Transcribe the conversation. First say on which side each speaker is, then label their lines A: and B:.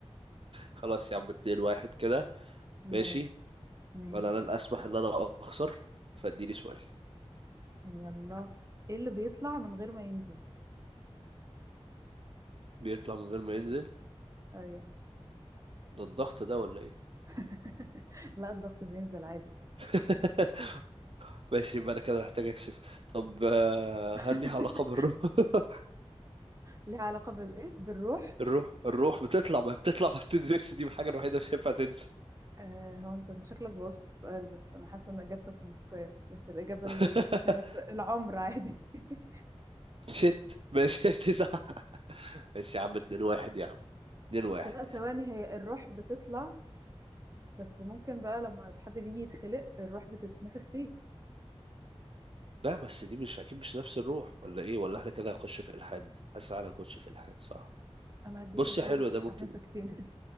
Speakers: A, on the right; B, on the right.
A: خلاص يا عم 2 واحد كده
B: ماشي
A: ماشي
B: ماشي
A: ولا انا الاسمح ان انا اخسر فاديني سؤال
B: يلا ايه اللي بيطلع من غير ما ينزل
A: بيطلع من غير ما ينزل
B: ايوه
A: ده الضغط ده ولا ايه
B: <laughs> لا الضغط بينزل عادي
A: <laughs> ماشي يبقى انا كده محتاج اكشف طب آه، هل
B: <laughs>
A: ليها علاقة بالروح <laughs>
B: ليها علاقة بالايه بالروح
A: الروح الروح بتطلع ما بتطلع ما بتنزلش دي الحاجة الوحيدة اللي مش هينفع تنزل
B: آه هو انت شكلك بوظت السؤال بس انا حاسه ان اجابتك منطقيه بس الاجابه
A: <laughs>
B: اللي قدامي كانت العمر عادي <laughs>
A: شت ماشي <laughs> تسعة ماشي يا عم 2 واحد يا عم 2 واحد
B: لا ثواني هي الروح بتطلع بس ممكن بقى لما حد بيجي يتخلق الروح بتتنفخ فيه
A: لا بس دي مش اكيد مش نفس الروح ولا ايه ولا احنا كده هنخش في الحاد حاسس انا هنخش في الحاد صح
B: انا هديك
A: بص
B: البوينت
A: يا حلو ده ممكن
B: احنا ساكتين